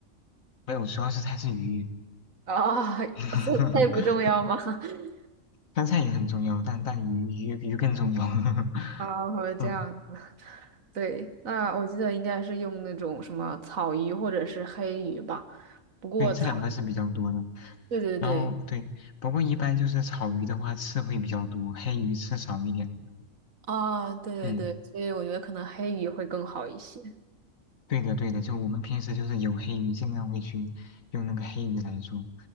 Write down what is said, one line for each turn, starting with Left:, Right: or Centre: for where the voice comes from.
Left: 没有，主要是它是鱼，
Right: 啊，
Left: <laughs>
Right: <laughs> 酸菜不重要吗？<laughs>
Left: 酸菜也很重要，但但鱼鱼鱼更重要。<laughs>
Right: 啊，我这样，
Left: 嗯，
Right: 对，那我记得应该是用那种什么草鱼或者是黑鱼吧，不过草鱼，
Left: 对，这两个是比较多的。
Right: 对对对，
Left: 然后对，不过一般就是炒鱼的话，刺会比较多，黑鱼刺少一点。
Right: 啊，对对对，
Left: 嗯，
Right: 所以我觉得可能黑鱼会更好一些。
Left: 对的对的，就我们平时就是有黑鱼，尽量会去用那个黑鱼来做。